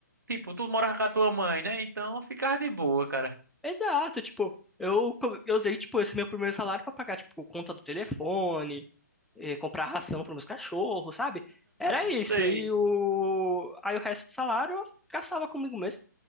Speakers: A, on the right; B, in the centre.
A: tipo, tu morava com a tua mãe, né? Então ficava de boa, cara.
B: Exato, tipo, eu, co- eu usei, tipo, esse meu primeiro salário pra pagar, tipo, conta do telefone, eh, comprar ração pros meus cachorros, sabe? Era
A: Não
B: isso.
A: sei,
B: E o... Aí o resto do salário eu gastava comigo mesmo.